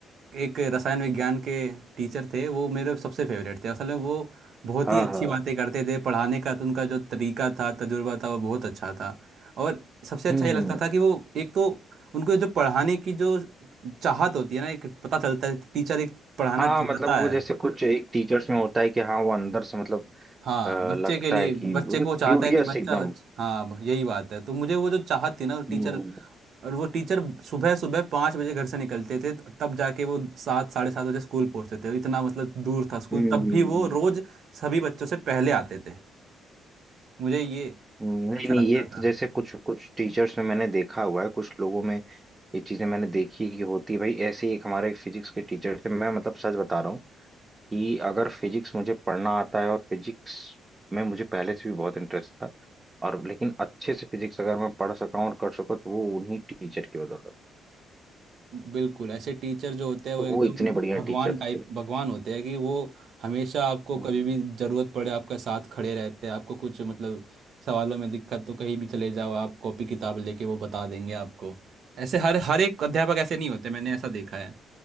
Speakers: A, on the right; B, on the right.
A: एक रसायन विज्ञान के टीचर थे वो मेरे सबसे फेवरेट थे असल में वो बहुत
B: हाँ
A: ही अच्छी
B: हाँ
A: बातें करते थे पढ़ाने का तो उनका जो तरीका था तजुर्बा था वो बहुत अच्छा था और सबसे अच्छा
B: हम्म
A: ये लगता
B: हम्म।
A: था कि वो एक तो उनको जो पढ़ाने की जो चाहत होती है ना एक पता चलता है टीचर एक पढ़ाना
B: हाँ
A: चाहता
B: मतलब वो
A: है
B: जैसे कुछ एक टीचर्स में होता है कि हाँ वो अंदर से मतलब
A: हाँ
B: अ,
A: बच्चे
B: लगता
A: के लिए
B: है कि
A: बच्चे को चाहता
B: क्यूरियस
A: है बच्चे कि के लिए बच्चा
B: एकदम
A: अच्छा- हाँ यही बात है तो मुझे वो जो चाहत थी ना वो
B: हम्म
A: टीचर और वो टीचर सुबह सुबह पाँच बजे घर से निकलते थे तब जाके वो सात साढ़े सात बजे स्कूल पहुंचते थे इतना मतलब दूर था स्कूल
B: हम्म
A: तब
B: हम्म,
A: भी
B: हम्म।
A: वो रोज सभी बच्चों से पहले आते थे मुझे ये
B: हम्म, नहीं
A: अच्छा
B: नहीं
A: लगता
B: ये
A: था
B: तो जैसे कुछ कुछ टीचर्स में मैंने देखा हुआ है कुछ लोगों में ये चीजें मैंने देखी कि होती है भाई ऐसे ही एक हमारे फिजिक्स के टीचर थे मैं मतलब सच बता रहा हूँ कि अगर फिजिक्स मुझे पढ़ना आता है और फिजिक्स में मुझे पहले से भी बहुत इंटरेस्ट था और लेकिन अच्छे से फिजिक्स अगर मैं पढ़ सका हूँ और कर सका तो वो उन्हीं टीचर की बदौलत
A: बिल्कुल ऐसे टीचर जो होते हैं वो
B: तो
A: एकदम
B: वो इतने बढ़िया
A: <laughs> भगवान
B: टीचर
A: टाइप
B: थे
A: भगवान होते हैं कि वो हमेशा आपको
B: हम्म,
A: कभी भी जरूरत पड़े आपका साथ खड़े रहते हैं आपको कुछ मतलब सवालों में दिक्कत तो कहीं भी चले जाओ आप कॉपी किताब लेके वो बता देंगे आपको ऐसे हर हर एक अध्यापक ऐसे नहीं होते मैंने ऐसा देखा है